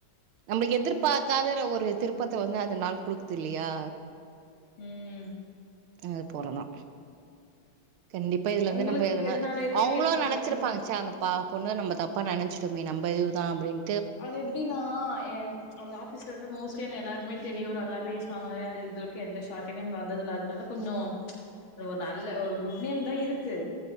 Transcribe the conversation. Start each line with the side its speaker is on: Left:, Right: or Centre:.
Right: நம்ம எதிர்பார்க்காத ஒரு திருப்பத்த வந்து அந்த நாள் குடுக்குது இல்லையா
Left: ம்
Right: அது போறதா கண்டிப் இப்ப இதுலிந்து
Left: உங்களுக்கு
Right: நம்ப எதனா
Left: எதனால டேக்
Right: அவுங்களு
Left: எடுத்துச்சு
Right: நெனச்சிருப்பாங்க
Left: வந்துச்சு
Right: சே அந்த பா பொண்ண நம்ப தப்பா நெனச்சுட்டோமே நம்ப இதுதா அப்டின்
Left: அது எப்டின்னா அந்த ஆஃபீஸ்ல வந்து மோஸ்ட்லி என்ன எல்லாருக்மே தெரியு நல்லா பேசுவாங்க அது இதுவரைக்கு எந்த ஷாட்மே வந்ததில்ல அதனால கொன்சோ ஒரு நல்ல ஒரு குட் நேம்தா இரு க்கு